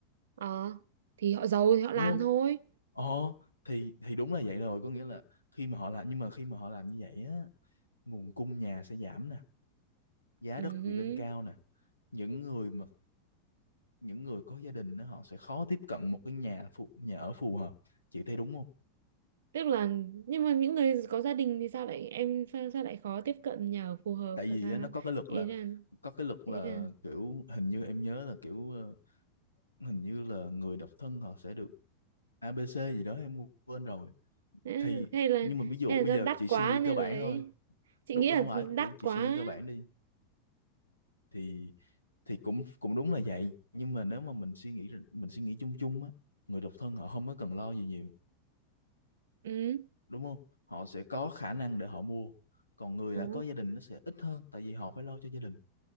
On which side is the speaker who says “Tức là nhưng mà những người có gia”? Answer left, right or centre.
Right